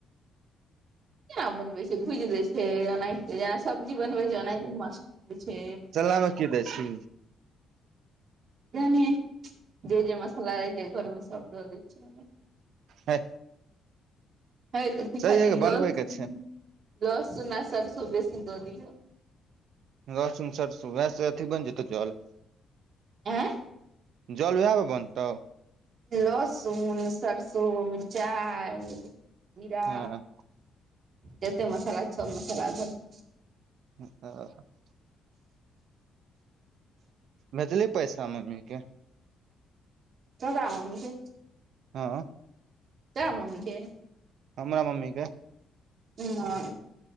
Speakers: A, on the right (about 60°); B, on the right (about 75°).
A: केना बनबै छै भूज देै छै ओनाहिते जेना सब्जी बनबै छै ओनाहिते मस बनै छै
B: <unintelligible> की दै छी
A: जानीये जे जै मसला अई घर मे से शब्द द दै छियै ओईमे
B: हे
A: हे की खाली
B: सहिये गे
A: लसुन
B: बनबै के छै
A: लसुन आ सरसो बेसी द दियौ
B: रसून सरसो वसी बन जेतौ जल
A: <unintelligible>
B: जल वएह पर बनतौ
A: लहसुन प्याज सरिसो मिरचाइ जीरा
B: हँ
A: जतेक मसाला सब मसाला दब
B: <unintelligible> भेजलिही पैसा मम्मी के
A: <unintelligible> मम्मी के
B: हँ
A: तऽ मम्मीे के
B: हमरा मम्मी के
A: नहि